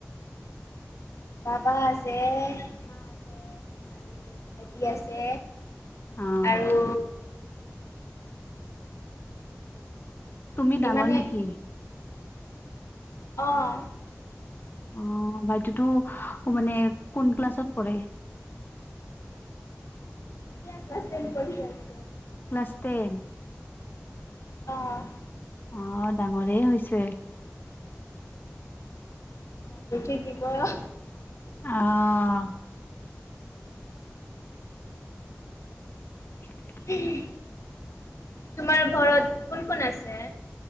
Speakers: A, on the left; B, on the left.
A: বাবা আছে, মা আছে আৰু ভাইটি আছে।
B: অ'
A: আৰু
B: তুমি ডাঙৰ
A: ইমানে
B: নেকি?
A: অঁ।
B: অ' ভাইটিটো মানে কোন ক্লাছত পঢ়ে?
A: এতিয়া ক্লাছ টেন পঢ়ি আছে।
B: Class ten.
A: ন!
B: অঁ ডাঙৰেই হৈছে।
A: সঠিক কি কয় অ
B: অ', <unintelligible>
A: অহো। তোমাৰ ঘৰত কোন কোন আছে?